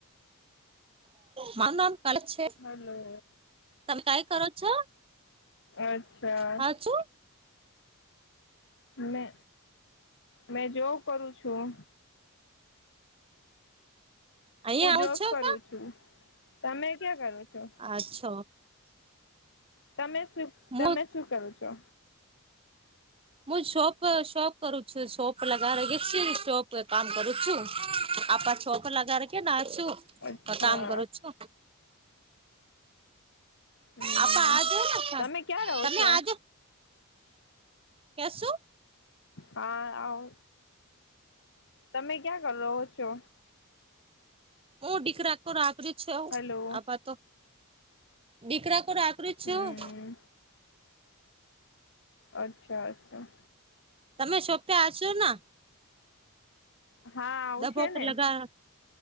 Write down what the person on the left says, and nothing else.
હલો
અચ્છા
મે મેં જોબ કરું છું.
હું
જોબ
કરું
છું. તમે ક્યાં કરો છો?
તમે શું તમે
શું કરો છો?
અચ્છા
હમ
તમે ક્યાં રહો
છો
તા આવ. તમે ક્યાં કર રહો છો?
હલો
હમ અચ્છા અચ્છા.
હા આવશે
ને